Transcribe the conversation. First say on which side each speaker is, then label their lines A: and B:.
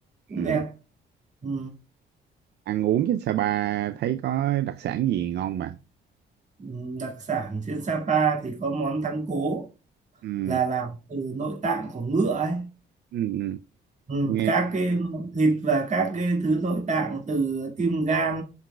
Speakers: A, on the right; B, on the right.
A: cũng
B: ừ.
A: đẹp ừ.
B: ăn uống trên Sapa thấy có đặc sản gì ngon mà
A: Ừ, đặc sản trên Sapa thì có món thắng cố
B: ừ.
A: là làm từ nội tạng của ngựa ấy
B: Ừ. ừ.
A: ừ,
B: nghe
A: các cái món thịt và các cái thứ nội tạng từ tim gan